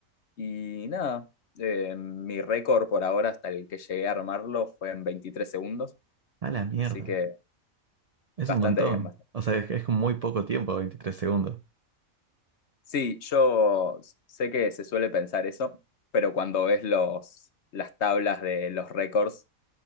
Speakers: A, on the left; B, on the right.
A: y nada, eh, mi récord por ahora hasta el que llegué a armarlo fue en 23 segundos,
B: A la mierda.
A: así que
B: Es
A: bastante
B: un montón.
A: bien. bastante.
B: O sea, es, es muy poco tiempo, veintitrés segundos.
A: Sí, yo sé que se suele pensar eso, pero cuando ves los, las tablas de los récords